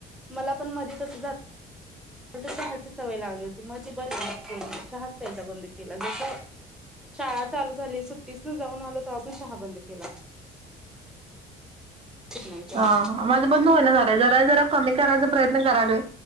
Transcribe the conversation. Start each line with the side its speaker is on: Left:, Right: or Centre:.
Centre: मला पण मधेच असं झालं चहाची सवय लागली होती मग ते बर के चहाच प्यायचा बंद केला जस शाळा चालू झाली, सुट्टीस न जाऊन आलो तवा पासणं चहा बंद केला. नाही चहा
Right: ह, माझं बंदू होई ना झालाय जरा जरा कमी करायचा प्रयत्न करालोय.